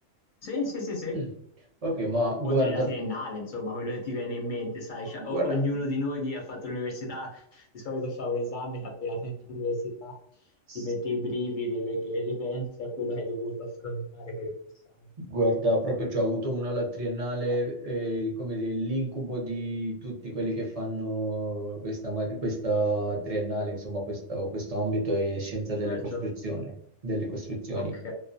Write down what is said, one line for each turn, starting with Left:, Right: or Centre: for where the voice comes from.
Left: Sì, sì, sì, sì.
Right: Mm. Ok, ma guarda,
Left: o della triennale, insomma, quello che ti viene in mente, sai, c'ha-
Right: guarda,
Left: o- ognuno di noi che ha fatto l'università di solito fa un esame che appena finisce l'università
Right: <laughs>
Left: ti mette i brividi perché ripensi a quello che hai dovuto affrontare per passarlo,
Right: Guarda,
Left: no?
Right: proprio cioè, ho avuto una alla triennale, eh, il- come dire, l'incubo di tutti quelli che fanno questa, ma- questa triennale, insomma, questo, questo ambito è scienza
Left: Certo,
Right: delle costruzioni, delle costruzioni.
Left: ok.